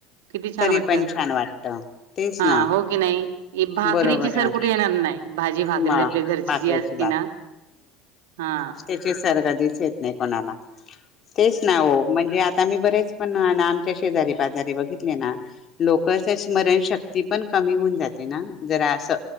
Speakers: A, on the right; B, on the left.
A: किती छान
B: तरी
A: वाटत
B: पण छान वाटत तेच
A: हा
B: ना
A: हो की नाही भाकरीची
B: बरोबर
A: सर
B: आहे
A: कुठे णार नाही भाजी भाकरी
B: म
A: आपल्या घरची
B: भाकऱ्याची
A: जी असती ना हा
B: ग दिस येत नाही कोणाला तेच ना हो म्हणजे आता म्ही बरेच पण ना आमच्या शेजारी पाजारी बघितले ना लोक त्या स्मरणशक्ती पण कमी होऊन जाते ना जरा असं